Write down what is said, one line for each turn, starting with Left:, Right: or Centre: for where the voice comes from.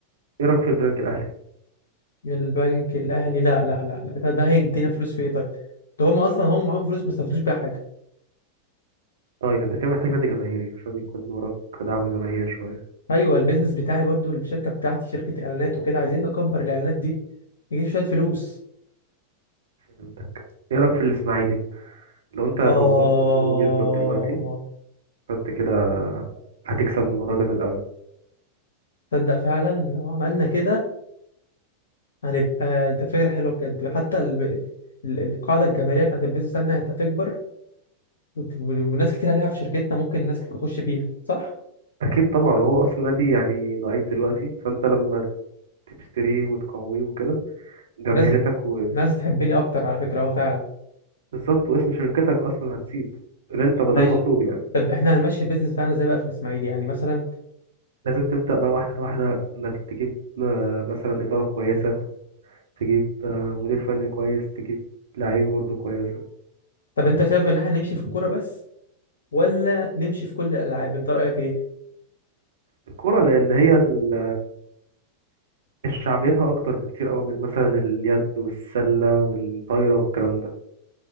Right: ايه رايك في البنك الاهلي
Left: البنك الاهلي لا لا لا لا ده, ده هيدينا فلوس في ايه طيب ده هم اصلا هم معاهم فلوس ما استفادوش بيها حاجه
Right: طيب انت كده محتاج نادي جماهيري عشان يكون وراك دعم جماهيري شويه
Left: ايوه البيزنس بتاعي برضو الشركه بتاعتي شركه اعلانات وكده عايزين نكبر الاعلانات دي نجيب شويه فلوس
Right: عندك ايه رايك في الاسماعيلي لو انت كبرته
Left: آه
Right: ان هو بيهبط دلوقتي فانت كده هتكسب من وراه جامد قوي
Left: تصدق فعلا لو عملنا كده هنبقى ده فكرة حلوة بجد حتى ال... ال... القاعدة الجماهيرية بتاعت البيزنس بتاعتنا هتكبر وت- وناس كتير هتقع في شركتنا ممكن ناس كتير تخش فيها صح؟
Right: اكيد طبعا هو اصلا نادي يعني ضعيف دلوقتي فانت لما تشتريه وتقويه وكده جماهيرتك
Left: ناس ناس تحبني أكتر على فكرة أه فعلا
Right: بالظبط واسم شركتك اصلا هتزيد اللي انت
Left: طب
Right: ما
Left: ماشي
Right: ده المطلوب يعني
Left: طب إحنا هنمشي البيزنس بتاعنا إزاي بقى في الإسماعيلي يعني مثلا
Right: لازم تبدا بقى واحده واحده انك تجيب آه، مثلا اداره كويسه تجيب آه، مدير فني كويس تجيب لعيبه برضه كويسه
Left: طب أنت شايف إن إحنا نمشي في الكورة بس ولا نمشي في كل الألعاب أنت رأيك إيه؟
Right: الكوره لان هي ال- شعبيتها اكتر بكتير قوي من مثلا اليد والسله والطايره والكلام ده